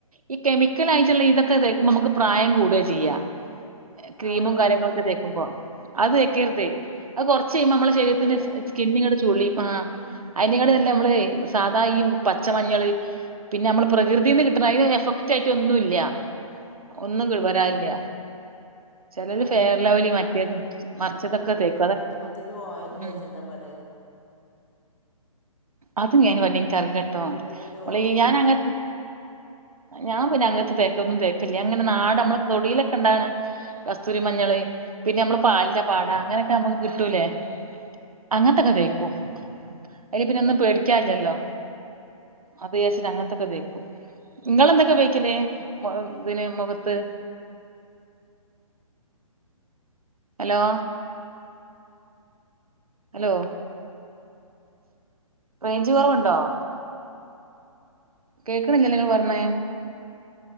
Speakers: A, on the right (about 85°); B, on the left (about 60°).
A: ഈ കേമി ക്കലായിട്ടുള്ള ഇതൊക്കെ തേക്കുമ്പ നമുക്ക് പ്രായം കൂടുക ചെയ്യ്. ക്രീമും
B: ആരാ പറഞ്ഞേ
A: കാര്യങ്ങളൊക്കെ തേ ക്കുമ്പോ അത് തേക്കരുത്. അത് കൊറച്ച് കഴിയുമ്പോ നമ്മള ശരീരത്തിന്
B: ഏ
A: സ്കിന്നിങ്ങട്ട് ചുളിയും ആഹ്. അയിനാകാട്ടിം നല്ലത് നമ്മള് സാധാ ഈ പച്ചമഞ്ഞള് പിന്നെ നമ്മള് പ്രകൃതീന്ന് കിട്ട്ണ അയിന് എഫക്റ്റ് ആയിട്ട് ഒന്നു ഇല്ല, ഒന്നും ഇങ്ങട്ട് വരാൻ ഇല്ല. ചിലര്
B: അതല്ല
A: ഫേയർ ലൗലി മറ്റേത് മറിച്ചതൊക്കെ
B: അപ്പൊ ഇത് പോവൂലേ
A: തേക്കും അതൊ
B: കുങ്കുമത്തിന്റെ ഓയിൽ തേച്ച
A: ഉം
B: എന്താ പാട്
A: അത് ഇഞ്ഞ് അയിനെ പറ്റി ഇൻക്ക് അറീലട്ടോ,
B: കുങ്കുമത്തിന്റെ
A: ഓള്
B: ഓയിൽ
A: ഈ ഞാന അങ്ങൻ ത്തെ ഞാൻ പിന്നെ അങ്ങത്തെ തേക്കലൊന്നും തേക്കല്ല. ഞാൻ ഇങ്ങനെ നാടൻ നമ്മള തൊടിയിലൊക്കെ ഇണ്ടാവ്ണെ കസ്തൂരി മഞ്ഞള് പിന്നെയമ്മള് പാലിന്റെ പാട അങ്ങനെയൊക്കെ നമ്മക്ക് കിട്ടൂലേ? അങ്ങൻത്തൊക്കെ തേക്കും അയ്ല് പിന്നെന്നും പേടിക്കാൻ ഇല്ലല്ലോ. അത് വിചാരിച്ചിട്ട് അങ്ങൻത്തൊക്കെ തേക്കും. ഇങ്ങളെന്തൊക്കെ ഉപയോയ്ക്കലേ ഇതിന് മുഖത്ത്? ഹലോ ഹലോ, റേഞ്ച് കൊറവ്ണ്ടോ? കേൾക്ക്ണില്ല്യല്ലോ ഇങ്ങള് പറയ്ണെ